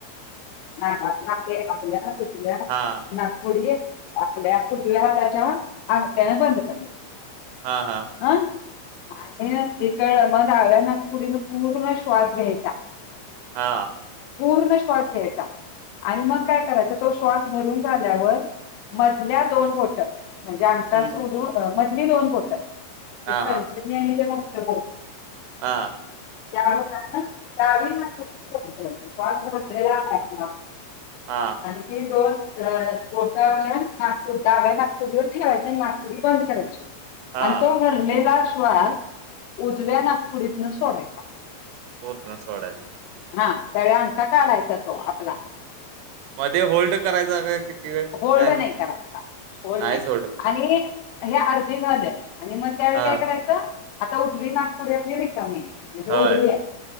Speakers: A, on the left (about 80°); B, on the right (about 80°).
A: ना बा आप कच
B: हां.
A: नागपुडी आपल्या उजव्या हाताच्या आंगट्याने बंद करण्याची,
B: हा हा.
A: हं आणि त मग डाव्या नागपुरीन पूर्ण श्वास घ्यायचा.
B: हां.
A: पूर्ण श्वास घ्यायचा. आणि मग काय करायच, तो श्वास भरून झाल्यावर मधल्या दोन बोट, म्हणजे अंगठा
B: हं.
A: सोडून मधली दोन बोट
B: हां,
A: म्हणजे तर्जनी
B: हां.
A: आणि ते मधलं बोट
B: हां
A: त्या मानतात ना गावी ला स्स््य म <unintelligible>
B: हां
A: आणि ते दोन बोट्याल्या नागपूर डाव्या नागपुरीवर ठेवायच आणि नागपुरी बंद करायच
B: हां.
A: आणि तो घडलेला श्वास उजव्या नागपुरीतन सोडायचा
B: पूर्ण सोडायचा
A: हा त्यावे अता काढायचा तो आपला
B: मध्येे होल्ड करायचा काय किती वेळ
A: होल्ड
B: काय
A: नाही करायचा होल्ड
B: नाहीच
A: नाही
B: कर
A: आणि हे अर्धी झाले आणि मग त्यावेळी
B: हा
A: काय करायचं आता उजवी नागपुडी आपली रिकामी म्हणजे
B: होय
A: उघडी आहे